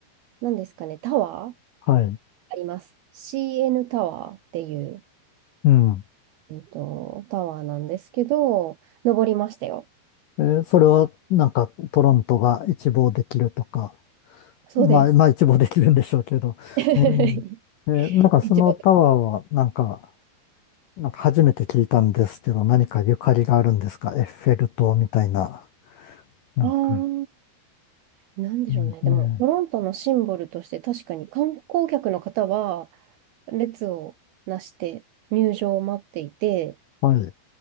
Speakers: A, on the right; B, on the left.
A: なんですかね、タワー
B: はい、
A: あります。CN タワーっていう、
B: うん。
A: えっと、タワーなんですけど、登りましたよ。
B: えーそれはなんかトロントが一望できるとか、
A: そうです。
B: まあ、まあ一望できるんでしょうけど、
A: <laughs>
B: えーえーなんかそのタワーはなんか、
A: 一番。
B: なんか初めて聞いたんですけど、何かゆかりがあるんですかエッフェル塔みたいな。なんか、
A: ああ、なんでしょうね。
B: うんね、
A: でも、トロントのシンボルとして確かに観光客の方は列をなして入場を待っていて、
B: はい。